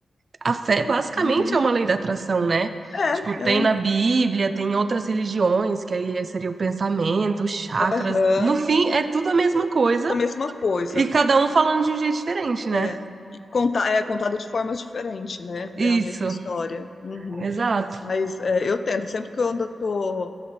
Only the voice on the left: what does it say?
Uhum.
É,
é.
Aham.
Da mesma coisa.
É. Conta, é contado de formas diferentes, né?
É a mesma história. Uhum.
Mas é, eu tento, sempre que eu ando, eu tô.